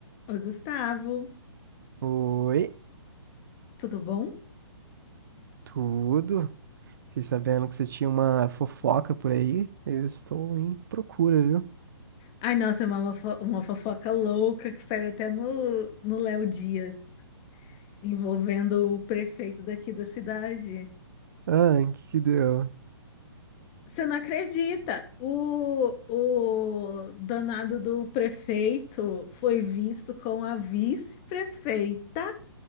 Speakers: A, on the left; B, on the right.
A: Oi, Gustavo,
B: Oi,
A: tudo bom?
B: tudo? Fiquei sabendo que você tinha uma fofoca por aí. Eu estou em procura, viu?
A: Ai, nossa, é uma, fo- uma fofoca louca que saiu até no, no Léo Dias, envolvendo o prefeito daqui da cidade.
B: Ah, em que que deu?
A: Você não acredita? O, o danado do prefeito foi visto com a vice-prefeita